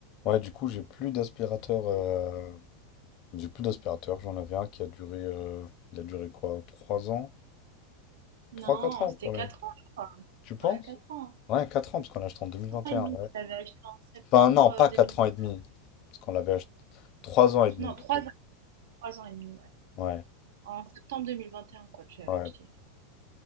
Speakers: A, on the left (about 40°); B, on the right (about 80°).
A: Ouais, du coup, j'ai plus d'aspirateur. euh, J'ai plus d'aspirateur. J'en avais un qui a duré. euh, Il a duré quoi? trois ans?
B: Non,
A: trois quatre ans
B: c'était
A: quand même.
B: 4 ans, je crois.
A: Tu penses?
B: Ouais, 4 ans.
A: Ouais, 4 ans, parce qu'on l'a acheté en 2021.
B: 3 ans et demi
A: Ouais.
B: que tu avais acheté en septembre
A: Enfin, non,
B: euh,
A: pas
B: 2021.
A: 4 ans et demi. Parce qu'on l'avait acheté. trois ans et demi
B: Non,
A: plutôt.
B: trois, ans, 3 ans et demi, ouais.
A: Ouais,
B: En septembre 2021, quoi, tu l'avais
A: ouais.
B: acheté.